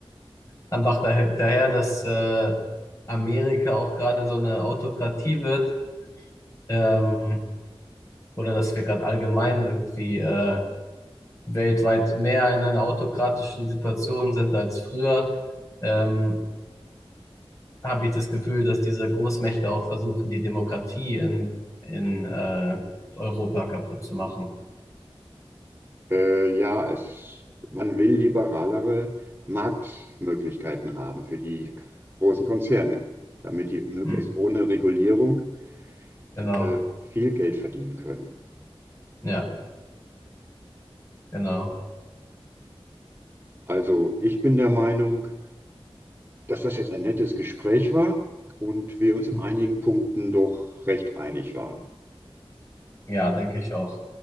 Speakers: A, on the left; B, on the right.
A: einfach daher, daher, dass äh, Amerika auch gerade so eine Autokratie wird, ähm, oder dass wir gerade allgemein irgendwie äh, weltweit mehr in einer autokratischen Situation sind als früher, ähm, habe ich das Gefühl, dass diese Großmächte auch versuchen, die Demokratie in, in äh, Europa kaputt zu machen.
B: Äh, ja, es, man will liberalere Marktmöglichkeiten haben für die großen Konzerne, damit die möglichst
A: Hm,
B: ohne Regulierung
A: genau.
B: äh, viel Geld verdienen können.
A: Ja, genau.
B: Also ich bin der Meinung, dass das jetzt ein nettes Gespräch war und wir uns in
A: Hm.
B: einigen Punkten doch recht einig waren.
A: Ja, denke ich auch.